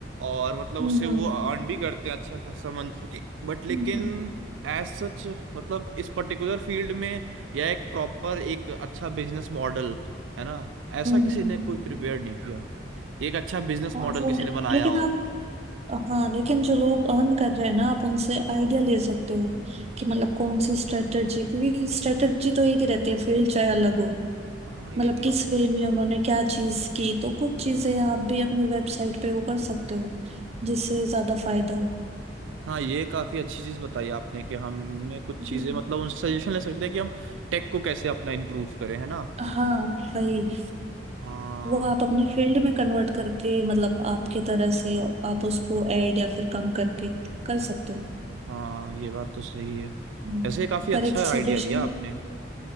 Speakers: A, on the right; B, on the right.
A: और मतलब
B: हम्म
A: उससे
B: हम्म
A: वो अर्न भी करते हैं अच्छा खासा मंथली बट लेकिन
B: हम्म
A: एज सच मतलब इस पर्टिकुलर फील्ड में या एक प्रॉपर एक अच्छा बिजनेस मॉडल है ना ऐसा
B: हम्म,
A: किसी
B: हम्म।
A: ने कोई प्रिपेयर नहीं किया एक अच्छा बिजनेस
B: हाँ
A: मॉडल
B: वो
A: किसी
B: है।
A: ने बनाया
B: लेकिन
A: हो
B: आप हाँ लेकिन जो लोग अर्न कर रहे हैं ना आप उनसे आइडिया ले सकते हो कि मतलब कौन सी स्ट्रेटजी क्योंकि स्ट्रेटजी तो एक ही रहती है फील्ड चाहे अलग हो
A: हाँ ये
B: मतलब
A: भी
B: किस
A: बात
B: वे
A: है
B: में उन्होंने क्या चीज की तो कुछ चीजें आप भी अपनी वेबसाइट पे वो कर सकते हो जिससे ज्यादा फायदा हो
A: हाँ ये काफी अच्छी चीज बताई आपने कि हम इनमें कुछ चीजें
B: हम्म।
A: मतलब उनसे सजेशन ले सकते हैं कि हम टेक को कैसे अपना इम्प्रूव करें है ना
B: हाँ वही
A: हाँ
B: वो आप अपनी फील्ड में कन्वर्ट करके मतलब आपके तरह से और आप उसको ऐड या फिर कम करके कर सकते हो
A: हाँ ये बात तो सही है
B: हम्म।
A: वैसे ये काफी
B: पर
A: अच्छा
B: एक सजेशन
A: आइडिया दिया आपने